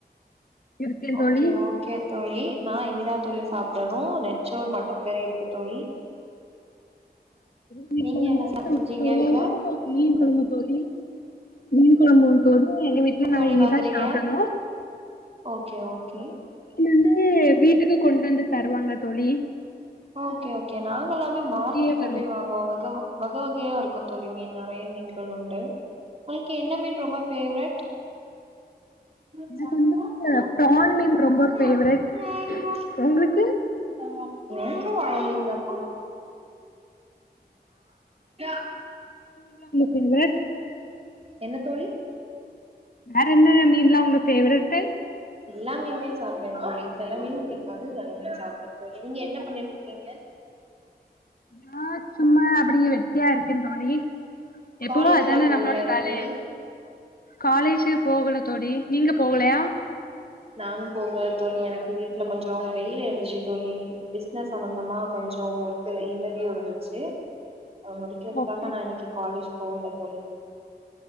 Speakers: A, on the left; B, on the right.
A: இருக்கே தோழி
B: ஓகே ஓகே தோழி நா இனிதா தோழி சாப்டணும் நெச்சோர் மட்டன் கறி இருக்கு தோழி
A: வீட்ல
B: நீங்க
A: வந்து
B: என்ன ச செஞ்சீங்க
A: சோறும்
B: வீட்ல
A: மீன்கொழம்பு தோழி மீன் கொழம்பூ தோழி எங்க வீட்ல நாங்க
B: தோழி
A: இனிதா
B: வாங்குறீங்க
A: சாப்டணும்
B: ஓகே ஓகே
A: வந்து வீட்டுக்கு கொண்டந்து தருவாங்க தோழி
B: ஓகே ஓகே நாங்க எல்லாமே மார்க்கெட்ல
A: இங்கயே வரு
B: போய் வாங்குவோ வகோ வக வகையாருக்கு தோழி மீன் நறைய மீன்கள் உண்டு உங்கள்க்கு என்ன மீன் ரொம்ப ஃபேவரெட் ம்
A: எனக்கு
B: சாப்டுமா
A: வந்து
B: ம்
A: ப்ரான்
B: சாப்டுமா
A: மீன் ரொம்ப
B: கொஞ்
A: ஃபேவரெட்
B: சாப்டுமா ம் வேண்டா
A: உங்களுக்கு
B: ம் ஆ எ வேண்டா <unintelligible>
A: <unintelligible>
B: என்ன தோழி
A: வேறன்ன மீன்லா உங்க ஃபேவரெட்டு
B: எல்லாா மீன்மே சாப்டுவே தோழி செல மீன் புடிக்காது செல மீன் சாப்டுவேன் தோழி நீங்க என்ன பண்ணிட்ருக்கீங்க
A: நா சும்மா அப்படி வெட்டியா இருக்கே தோழி எப்பவு
B: காலேஜ்லா
A: அதான
B: போகலையா
A: நம்ளோட வேலே
B: தோழி
A: காலேஜே போகல தோழி நீங்க போவ்லயா
B: நானு போகல தோழி எனக்கு வீட்ல கொஞ்சொ மேல இருந்துச்சு தோழி பிஸ்னஸ் சம்பந்தமா கொஞ்ச கொஞ்சொ ஒர்க்கு இன்டர்வியூருந்துச்சு அத முடிக்கிறதுக்காக
A: அப்டி
B: நா இன்னக்கி காலேஜ் போகல தோழி